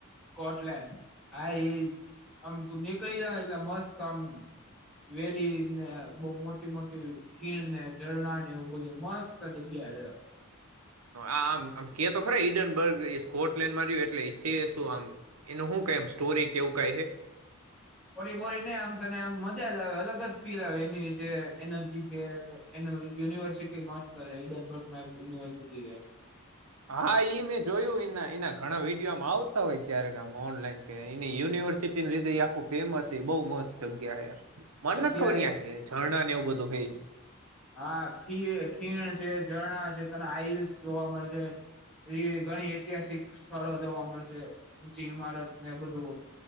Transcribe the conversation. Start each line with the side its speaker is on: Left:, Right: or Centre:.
Centre: કોટલેન્ડ આ ઈ આમ તું નીકળી જાય એટલે મસ્ત આમ વેલીને બઉ મોટી-મોટી ખીણને, ઝરણાને એવું બધું મસ્ત જગ્યા
Right: આ આમ આમ કે તો ખરા ઈડનબર્ગ એ સ્કોટલેન્ડમાં રયુ એટલે શે શું આમ. એનું હું કઈ આમ સ્ટોરી કે એવું કઈ હે.
Centre: ઓરી બોરી ને આમ તને આમ મજા જ આવે. અલગ જ ફીલ આવે એની જે એનર્જી છે. એનું યુનિવર્સિટી મસ્ત રેહ ઈડનબર્ગમાં એક યુનિવર્સિટી રે.
Right: હા ઈ મેં જોયું ઈના ઈના ઘણા વિડીયો આમ આવતા હોય ક્યારેક આમ ઓનલાઈન કે એની યુનિવર્સિટી લીધે આખું ફેમસ છે. બહુ મસ્ત જગ્યા હે મન
Centre: જગ્યા
Right: નથ ખબર ન્યા
Centre: એક
Right: હે
Centre: નંબર
Right: ઝરણાને એવું બધું હે
Centre: હા ખીર ખીણ છે. ઝરણા છે. તને આઈસ જોવા મળશે. બી ઘણી ઐતિહાસિક સ્થળો જોવા મળશે. ઊંચી ઇમારતને બધું